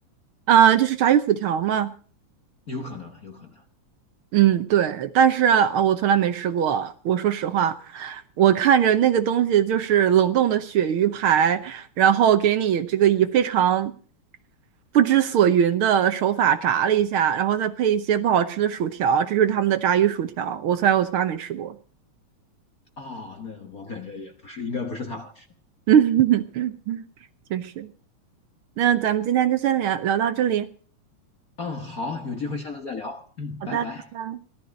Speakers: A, on the right; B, on the left.
A: 啊，就是炸鱼薯条嘛。
B: 有可能，有可能。
A: 嗯，对，但是啊，我从来没吃过。我说实话，我看着那个东西就是冷冻的鳕鱼排，然后给你这个以非常不知所云的手法炸了一下，然后再配一些不好吃的薯条，这就是他们的炸鱼薯条。我从来我从来没吃过，
B: 啊，那我感觉也不是，应该不是太好吃。
A: <laughs> 嗯，确实。那咱们今天就先聊聊到这里。
B: 嗯，好，有机会下次再聊。嗯，
A: 好的，
B: 拜拜。
A: 拜拜。